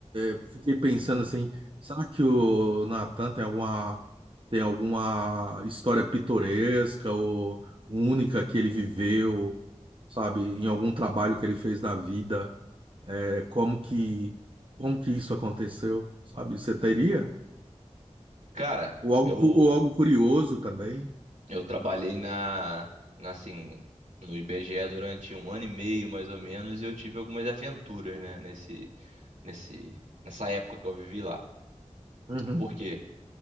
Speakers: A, on the right; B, on the right.
A: é, fiquei pensando assim, será que o Natan tem alguma, tem alguma história pitoresca ou única que ele viveu, sabe, em algum trabalho que ele fez na vida? É, como que, como que isso aconteceu, sabe? Você teria?
B: cara,
A: Ou algo,
B: eu
A: cu- ou algo curioso também?
B: eu trabalhei na, na, assim no IBGE durante um ano e meio mais ou menos e eu tive algumas aventuras, né, nesse nesse nessa época que eu vivi lá.
A: Uhum.
B: Por quê?